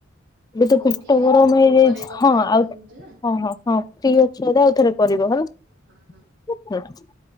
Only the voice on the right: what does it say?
ହଉ
ଠିକ୍
ଅଛି ତମେ
ପରେ କଥା
ହବା
ହେଲା
ହଁ ହଁ ହଁ।